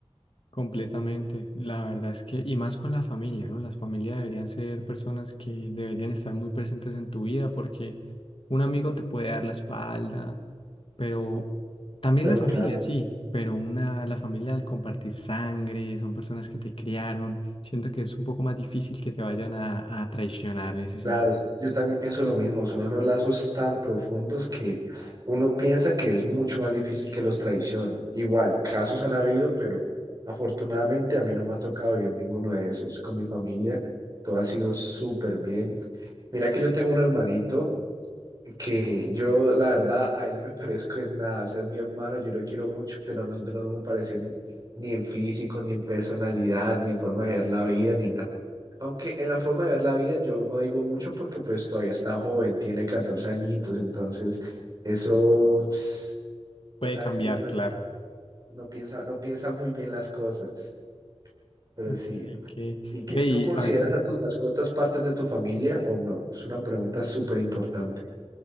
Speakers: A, on the left (about 55°); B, on the right (about 35°).
A: Completamente, la verdad es que, y más con la familia, ¿no? Las familias deberían ser personas que deberían estar muy presentes en tu vida porque un amigo te puede dar la espalda, pero también
B: Pero
A: la familia,
B: claro.
A: sí, pero una, la familia al compartir sangre, son personas que te criaron, siento que es un poco más difícil que te vayan a, a traicionar en ese sentido.
B: Claro, es que yo también pienso lo mismo, son unos lazos tan profundos que uno piensa que es mucho más difícil que los traicionen. Igual, casos han habido, pero afortunadamente a mí no me ha tocado vivir ninguno de esos. Con mi familia todo ha sido súper bien. Mira que yo tengo un hermanito que yo, la verdad, a él no me parezco en nada. O sea, es mi hermano, yo lo quiero mucho, pero nosotros no nos parecemos ni en físico, ni en personalidad, ni en forma de ver la vida, ni nada. Aunque en la forma de ver la vida yo no digo mucho porque pues todavía está joven, tiene 14 añitos, entonces eso, pues,
A: Puede
B: vos sabes
A: cambiar,
B: que uno
A: claro.
B: está- no piensa, no piensa muy bien las cosas, pero
A: Ok,
B: sí.
A: ok.
B: ¿Y que
A: Ve,
B: tú
A: y
B: consideras
A: hablando
B: a tus mascotas partes de tu familia o no? Es una pregunta súper importante.